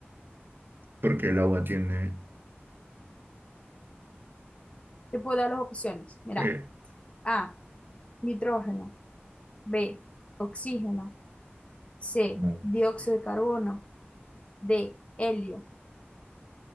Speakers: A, on the right; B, on the left.
A: porque el agua tiene...
B: Te puedo dar las opciones. Mira.
A: eh,
B: A. Nitrógeno. B. Oxígeno. C.
A: No.
B: Dióxido de carbono. D. Helio.